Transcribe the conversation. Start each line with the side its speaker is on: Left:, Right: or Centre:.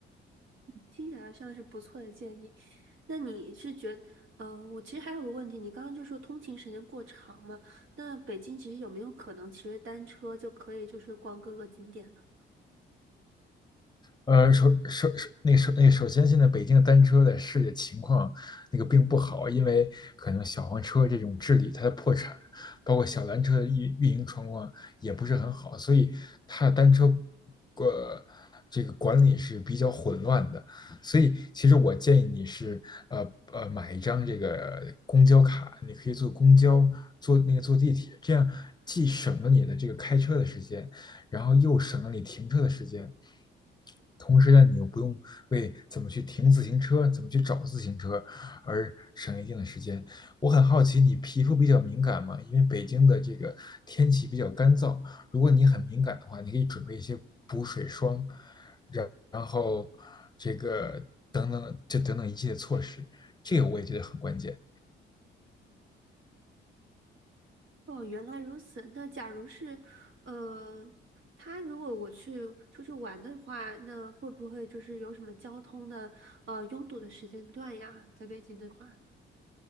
Right: 听起来像是不错的建议。那你是觉得，呃，我其实还有个问题，你刚刚就说通勤时间过长嘛？那北京其实有没有可能，其实单车就可以就是逛各个景点呢？
Left: 呃，首首首，那首那首先，现在北京的单车的市里的情况那个并不好，因为可能小黄车这种治理它的破产，包括小蓝车的运运营状况也不是很好，所以它的单车呃这个管理是比较混乱的。所以其实我建议你是呃呃买一张这个公交卡，你可以坐公交，坐那个坐地铁，这样既省了你的这个开车的时间，然后又省了你停车的时间。同时呢，你又不用为怎么去停自行车、怎么去找自行车而省一定的时间。我很好奇，你皮肤比较敏感吗？因为北京的这个天气比较干燥，如果你很敏感的话，你可以准备一些补水霜，然后这个等等这等等一系列措施，这个我也觉得很关键。
Right: 哦，原来如此。那假如是，呃，他如果我去出去玩的话，那会不会就是有什么交通的，呃，拥堵的时间段呀？在北京的话。